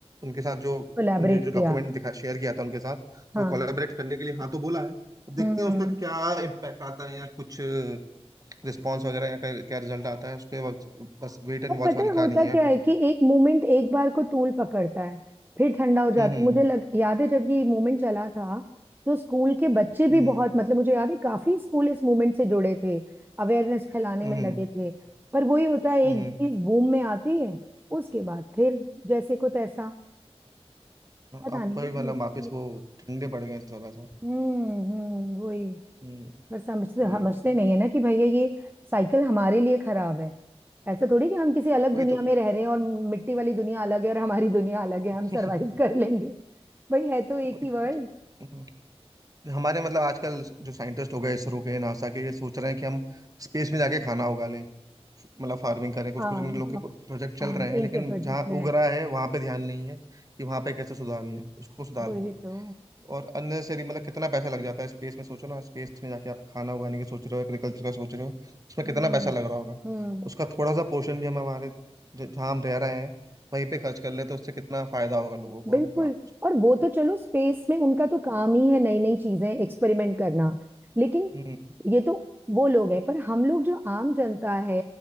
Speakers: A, on the right (about 35°); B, on the right (about 20°).
A: उनके साथ जो
B: कोलैबोरेट
A: उनने जो
B: किया
A: डॉक्यूमेंट दिखा शेयर किया था उनके साथ तो
B: हाँ
A: कोलैबोरेट करने के लिए हाँ तो बोला है अब देखते
B: हम्म हम्म।
A: हैं उसका क्या इम्पैक्ट आता है या कुछ रिस्पॉन्स वगैरह या क्या, क्या रिजल्ट आता है उसके बाद बस वेट एंड
B: और
A: वॉच
B: पता
A: वाली
B: है होता
A: कहानी है
B: क्या
A: अभी
B: है
A: तो
B: कि एक मोमेंट एक बार को तूल पकड़ता है फिर ठंडा हो जाता
A: हम्म
B: है मुझे लग याद है जब ये मोमेंट चला था तो स्कूल के बच्चे भी
A: हम्म हम्म
B: बहुत मतलब मुझे याद है काफी स्कूल इस मूवमेंट से जुड़े थे अवेयरनेस फैलाने
A: हम्म
B: में लगे थे पर वही होता है
A: हम्म
B: एक
A: हम्म।
B: चीज बूम में आती है उसके बाद फिर जैसे को तैसा पता
A: अब
B: नहीं
A: वही मतलब
B: नेक्स्ट
A: वापस वो ठंडे पड़ गए हैं सब ऐसा
B: हम्म हम्म वही
A: हम्म
B: पर समझते
A: वही
B: समझते
A: है ठीक
B: नहीं है ना कि भैया ये साइकिल हमारे लिए खराब है ऐसा थोड़ी कि हम किसी अलग
A: वही
B: दुनिया
A: तो
B: में रह रहे हैं और मिट्टी वाली दुनिया अलग है और हमारी दुनिया अलग है
A: <laughs>
B: हम सरवाइव कर लेंगे भाई है तो एक
A: वही
B: ही
A: तो,
B: वर्ल्ड
A: ज- हम्म, हमारे मतलब आजकल जो साइंटिस्ट हो गए इसरो के नासा के ये सोच रहे हैं कि हम स्पेस में जाके खाना उगा लें मतलब फार्मिंग करें कुछ
B: हाँ
A: कुछ इन लोग
B: हाँ
A: के प्रोजेक्ट चल
B: हाँ
A: रहे हैं
B: इनके
A: लेकिन
B: प्रोजेक्ट
A: जहाँ
B: में है
A: उग रहा है वहां पे ध्यान नहीं है कि वहां पे कैसे सुधार लें उसको सुधार
B: वही
A: लें
B: तो
A: और अननेसेसरी मतलब कितना पैसा लग जाता है स्पेस में सोचो ना स्पेस में जाके आप खाना उगाने की सोच रहे हो एग्रीकल्चर का सोच रहे हो उसमें कितना
B: हम्म
A: पैसा लग रहा होगा
B: हम्म
A: उसका थोड़ा सा पोर्शन भी हम हमारे ज- जहाँ हम रह रहे हैं वहीं पे खर्च कर लें तो उससे कितना फायदा होगा लोगों को
B: बिल्कुल
A: हमको आपको सबको
B: और वो तो चलो स्पेस में उनका तो काम ही है नई नई चीजें एक्सपेरिमेंट करना लेकिन
A: हम्म
B: ये तो वो लोग हैं पर हम लोग जो आम जनता है